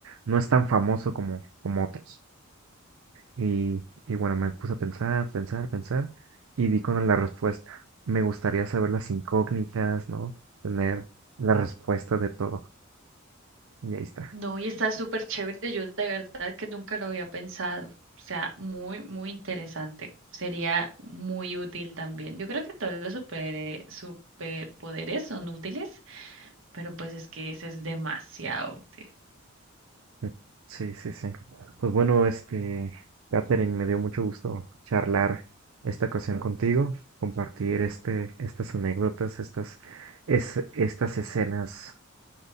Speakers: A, on the right; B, on the right.
A: no es tan famoso como, como otros. Y, y bueno, me puse a pensar, pensar, pensar y di con la respuesta. Me gustaría saber las incógnitas, ¿no? Tener la respuesta de todo. Y ahí está.
B: No, y está súper chévere. Yo de verdad que nunca lo había pensado. O sea, muy, muy interesante. Sería muy útil también. Yo creo que todos los super, superpoderes son útiles, pero pues es que ese es demasiado útil.
A: Mm, Sí, sí, sí. Pues bueno, este, Catherine, me dio mucho gusto charlar esta ocasión contigo, compartir este, estas anécdotas, estas, es, estas escenas